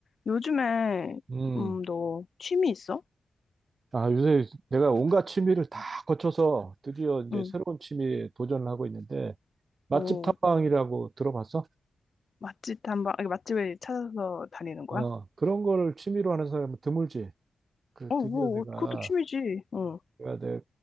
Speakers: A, on the left; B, on the right.
A: 요즘에
B: 음.
A: 음, 너 취미 있어?
B: 아, 요새 내가 온갖 취미를 다 거쳐서 드디어 이제
A: 응.
B: 새로운 취미에 도전을 하고 있는데, 맛집
A: 오,
B: 탐방이라고 들어봤어?
A: 맛집 탐방, 아니, 맛집을 찾아서 다니는 거야?
B: 어, 그런 걸 취미로 하는 사람은 드물지. 그,
A: 어,
B: 드디어
A: 뭐,
B: 내가,
A: 어, 그것도 취미지. 응,
B: 내가, 내,